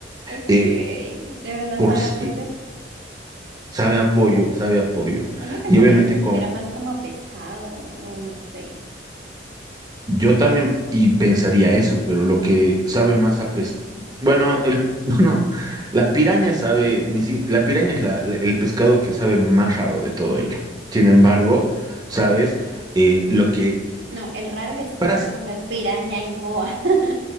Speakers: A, on the right; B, on the right.
A: Ok,
B: Eh,
A: ¿de verdad
B: por
A: sabe
B: sí,
A: a pollo?
B: sabe a pollo, sabe a pollo.
A: Uno pensaría
B: Y obviamente
A: que supiera más como a pescado, no, no sé.
B: Yo también y pensaría eso, pero lo que sabe más a pesca, bueno, el <laughs> no, la piraña sabe, ni si- la piraña es la- el pescado que sabe más raro de todo ello. Sin embargo, sabes Eh, lo que
A: No, el raro eres tú
B: para
A: por comer piraña y boa. <laughs>